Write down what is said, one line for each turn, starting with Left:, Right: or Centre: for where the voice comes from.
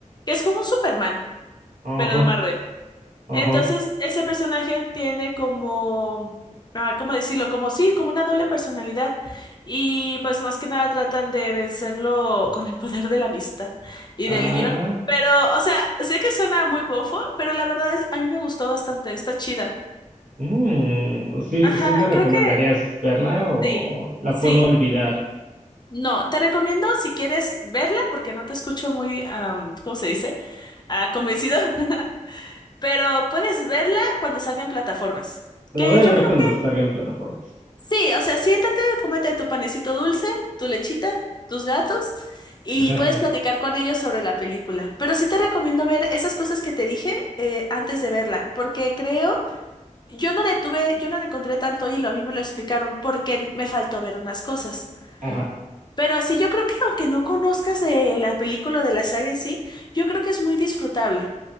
Left: que es como un Superman,
Right: ajá,
Left: pero de Marvel.
Right: ajá.
Left: Entonces, ese personaje tiene como, ah, ¿cómo decirlo? Como sí, como una doble personalidad. Y pues más que nada tratan de vencerlo con el poder de la amistad y
Right: Ah,
Left: del guión. Pero, o sea, sé que suena muy bofo, pero la verdad es, a mí me gustó bastante, está chida.
Right: mm, sí,
Left: Ajá,
Right: sí me recomendarías
Left: creo que
Right: verla o
Left: sí.
Right: la
Left: Sí.
Right: puedo olvidar.
Left: No, te recomiendo si quieres verla, porque no te escucho muy, am, ¿cómo se dice? Ah, convencido. <laughs> Pero puedes verla cuando salga en plataformas.
Right: La
Left: Que
Right: voy a
Left: yo
Right: ver
Left: creo
Right: cuando salga en plataformas.
Left: Sí, o sea, siéntate, cómete tu panecito dulce, tu lechita, tus gatos y
Right: <laughs>
Left: puedes platicar con ellos sobre la película. Pero sí te recomiendo ver esas cosas que te dije eh, antes de verla, porque creo, yo no le tuve, yo no le encontré tanto hilo, a mí me lo explicaron porque me faltó ver unas cosas.
Right: Ajá.
Left: Pero sí, yo creo que aunque no conozcas de la película o de la saga en sí, yo creo que es muy disfrutable.